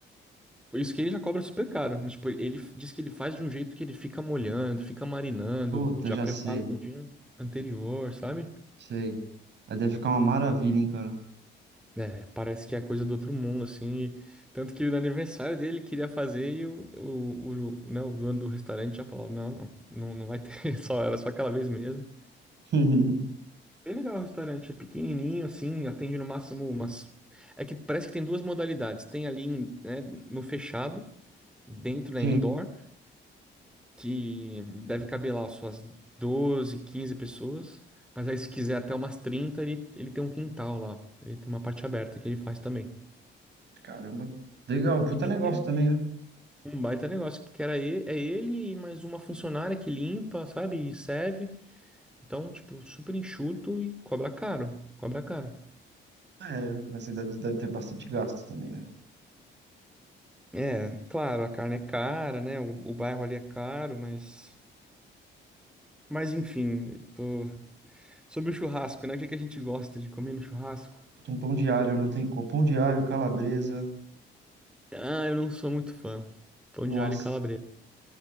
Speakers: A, in the centre; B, on the right.
A: Isso que ele já cobra super caro, mas tipo, ele f- diz que ele faz de um jeito que ele fica molhando, fica marinando,
B: Puta,
A: já
B: já
A: prepara
B: sei.
A: no dia anterior, sabe?
B: Sei. Aí deve ficar uma maravilha, hein, cara.
A: É, parece que é coisa do outro mundo, assim. e- tanto que no aniversário dele ele queria fazer e o, o, o, né, o dono do restaurante já falou: não, não, não, não vai ter, <laughs> só, era só aquela vez mesmo.
B: <laughs>
A: Bem legal o restaurante, é pequenininho, assim, atende no máximo umas. É que parece que tem duas modalidades: tem ali, em- né, no fechado, dentro,
B: Gente,
A: né, indoor, que deve caber lá suas 12 15 pessoas, mas aí se quiser até umas 30 ele, ele tem um quintal lá, ele tem uma parte aberta que ele faz também.
B: caramba. Legal, puta
A: E pequeno.
B: negócio também, né?
A: Um baita negócio, porque era ele, é ele e mais uma funcionária que limpa, sabe? E serve. Então, tipo, super enxuto e cobra caro. Cobra caro.
B: É, mas você deve, deve ter bastante gasto também, né?
A: É, claro, a carne é cara, né? O, o bairro ali é caro, mas. Mas enfim, eu tô... sobre o churrasco, né? O que que a gente gosta de comer no churrasco?
B: Puta, um pão diário, não tem como. Pão diário, calabresa.
A: Ah, eu não sou muito fã. Pão
B: Nossa.
A: de alho e calabresa.